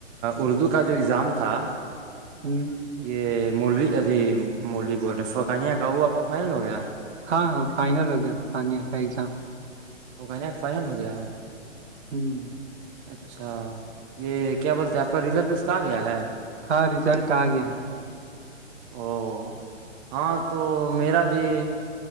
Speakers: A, on the right (about 25°); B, on the right (about 60°).
A: اردو کا جو ایگزام تھا
B: ہوں
A: یہ مولوی اھی مولوی بول رہے فوقانیہ کا وہ آپ کا فائنل ہو گیا
B: ہاں ہاں فائنل ہو گیا فکانیا کا ایگزام
A: وہ کہ کا فائنل ہو گیا ہے
B: ہوں
A: اچھا یہ کیا بولتے ہیں آپ کا رزلٹ اس کا آ گیا ہے
B: ہاں ریزلٹ آ گیا
A: او ہاں تو میرا بھی